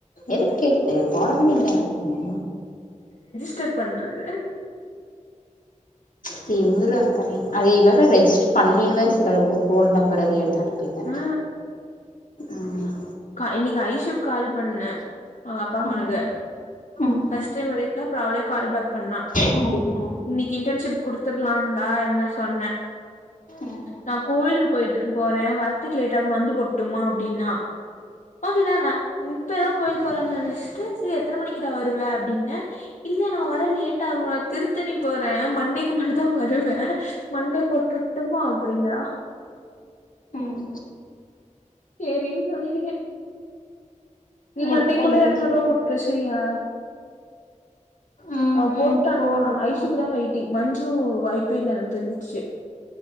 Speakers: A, on the left (about 85°); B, on the left (about 70°).
A: எதுக்கு கேட்டு போட வேண்டியதுதான அதுமே
B: ச்சர் பண்றது <inaudible>
A: திமிரு அத்தனையு அதை வேற ரெஜிஸ்டர் பண்லைனு வேற சொல்றாரு ரோல் நம்பர் அதை எடுத்து அனு பித
B: ஆ
A: ம்
B: இன்னைக்கு ஐஷுக்கு கால் பண்ணே அவுங்க அப்பா போனுக்கு
A: ம் ம்
B: பஸ்ட் டைம் தா அவளே கால் பேக் பண்ணா
A: சரி ஆ
B: இன்னைக்கு இன்டர்ன்ஷிப் குடுத்து நான்தா என்ன சொன்னே
A: ம்
B: நா கோயிலுக்கு போயிட்டு போறேன் வர்த்துக்கு லேட்டாகு வந்து போட்டுமா அப்டினா ஓகேகா நா இப்ப எதோ கோயில் போறேனு நெனச்சுட்டு சரி எத்தன மணிக்குடா வருவ அப்டின்னே இல்ல நா வர லேட்டாகு நா திருத்தணி போறன் மண்டேக்கு மேலதா வருவே மண்டே போட்டு விட்டுமா அப்டிங்றா <inaudible>
A: ம் ம்
B: சேரின்னு சொல்லிருக்கேன் நீ மண்டேக்குள்ள
A: எப்ப இன்டர்ன்ஷிப்
B: எரநூறுவா போட்டு பேசுறயா
A: ம்
B: அவ போட்டான்
A: ம் போடு
B: ஐஷுக்குதா
A: ம்
B: வெய்ட்டிங் மஞ்சு வை ப்பன்னு எனக்கு தெரிஞ்சிருச்சு